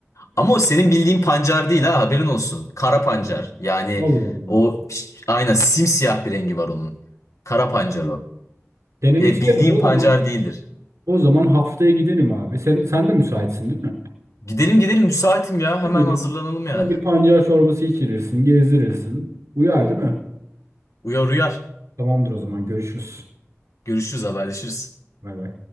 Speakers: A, on the left; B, on the right.
A: Ama o senin bildiğin pancar değil ha haberin olsun. Kara pancar.
B: Hmm.
A: Yani
B: Allah Allah.
A: o aynen simsiyah bir rengi var onun. Kara pancar
B: Hmm.
A: o.
B: Denemek
A: Evet,
B: isterim.
A: bildiğin
B: O
A: pancar
B: zaman
A: değildir.
B: o zaman haftaya gidelim abi. Sen, sen de müsaitsin değil mi?
A: Gidelim gidelim müsaitim ya.
B: Gidelim.
A: Hemen hazırlanalım yani.
B: Bana bir pancar çorbası içirirsin, gezdirirsin. Uyar değil mi?
A: Uyar uyar.
B: Tamamdır o zaman. Görüşürüz.
A: Görüşürüz, haberleşiriz.
B: Bay bay.